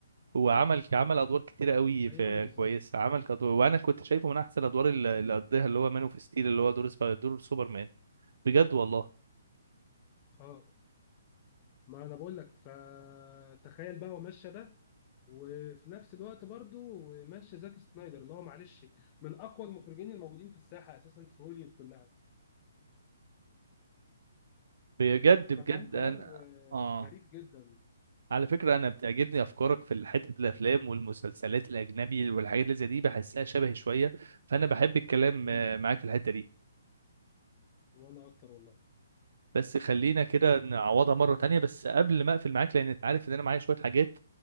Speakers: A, on the right; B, on the left.
A: هو عمل عمل ادوار كتيره قوي
B: ايوه
A: في
B: بالظبط
A: كويس عمل كدور وانا كنت شايفه من احسن الادوار اللي اللي قضيها اللي هو مان اوف ستيل اللي هو دور سبا... دور سوبرمان بجد والله
B: اه ما انا بقول لك فتخيل بقى هو ماشي ده وفي نفس الوقت برضو ماشي زاك سنايدر اللي هو معلش من اقوى المخرجين الموجودين في الساحه اساسا في هوليوود كلها
A: بجد بجد
B: فكان قرار
A: انا
B: آه،
A: اه
B: غريب جدا
A: على فكره انا بتعجبني افكارك في حته الافلام والمسلسلات الاجنبي والحاجات اللي زي دي بحسها شبهي شويه فانا بحب الكلام
B: مم.
A: آه، معاك في الحته دي
B: وانا اكتر والله
A: بس خلينا كده نعوضها مرة تانية بس قبل ما اقفل معاك لان انت عارف ان انا معايا شوية حاجات